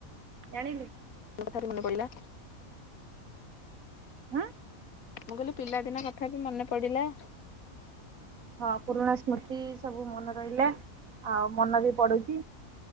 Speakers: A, on the right; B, on the left.
A: ଜାଣିଲୁ।
B: ତୋ କଥାରୁ ମନେ ପ‌ଇଲା।
A: ହଁ
B: ମୁଁ କହିଲି ପିଲାଦିନ କଥା ବି ମନେ ପଡ଼ିଲା।
A: ହଁ ପୁରୁଣା ସ୍ମୃତି ସବୁ ମନେ ରହିଲା ଆଉ ମନ ବି ପଡୁଚି।